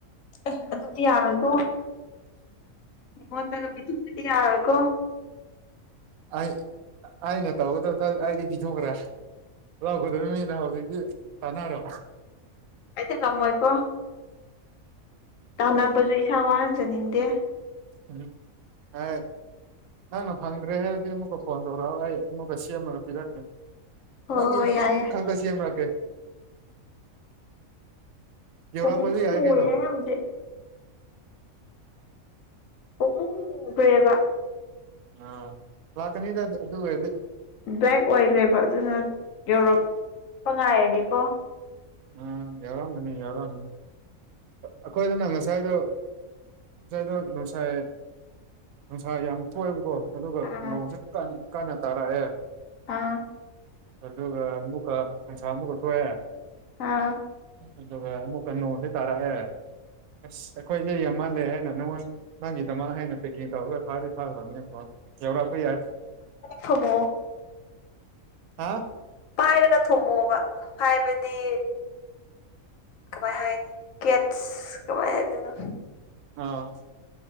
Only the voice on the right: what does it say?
ꯑꯩ ꯑꯩꯅ ꯇꯧꯒꯗꯕ ꯑꯩꯗꯤ ꯄꯤꯊꯣꯛꯈ꯭ꯔꯦ ꯂꯎ ꯀꯗ ꯃꯤꯅ ꯍ ꯏꯗꯤ ꯁꯅꯔꯣ
ꯎꯝ ꯑ ꯅꯪꯅ ꯐꯪꯗ꯭ꯔꯦ ꯍꯥꯏꯔꯗꯤ ꯑꯃꯨꯛꯀ ꯐꯣꯟ ꯇꯧꯔꯛꯑꯣ ꯑꯩ ꯑꯃꯨꯛꯀ ꯁꯦꯝꯃꯒ ꯄꯤꯔꯛꯀꯦ
ꯅꯪꯒꯤ
ꯗꯃꯛ
ꯈꯜ ꯁꯦꯝꯃꯛ ꯀꯦ ꯌꯧꯔꯛꯄ
ꯁꯨ ꯌꯥꯏ
ꯀꯩꯅꯣ
ꯑ ꯂꯀꯅꯤꯗ ꯑꯗꯨꯑꯣꯏꯔꯗꯤ
ꯑ ꯌꯥꯎꯔꯝꯒꯅꯤ ꯌꯥꯎꯔꯝꯒꯅꯤ ꯑꯩꯈꯣꯏꯗꯅ ꯉꯁꯥꯏꯗꯣ ꯉꯁꯥꯏꯗꯣ ꯅꯨꯡꯁꯥꯏ ꯅꯨꯡꯁꯥ ꯌꯥꯝ ꯊꯣꯛꯑꯦꯕꯀꯣ ꯑꯗꯨꯒ
ꯅꯣꯡꯁꯦ ꯀꯥꯟꯅ ꯇꯥꯔꯛꯑꯦ
ꯑꯗꯨꯒ ꯑꯃꯨꯀꯁ ꯑꯃꯨꯀ ꯊꯣꯛꯑꯦ
ꯑꯗꯨꯒ ꯑꯃꯨꯛꯀ ꯅꯣꯡꯁꯦ ꯇꯥꯔꯛꯑꯦ ꯑꯁ ꯑꯩꯈꯣꯏꯁꯦ ꯌꯥꯝꯍꯜꯂꯦ ꯩꯅ ꯅꯪꯉꯣꯟ ꯅꯪꯒꯤꯗꯃꯛ ꯍꯦꯟꯅ ꯄꯦꯛꯀꯤꯡ ꯇꯧꯔꯒ ꯊꯥꯗꯤ ꯊꯥꯈ꯭ꯔꯕꯅꯦꯀꯣ ꯌꯧꯔꯛꯄ ꯌꯥꯏ
ꯑꯥ
ꯑꯥ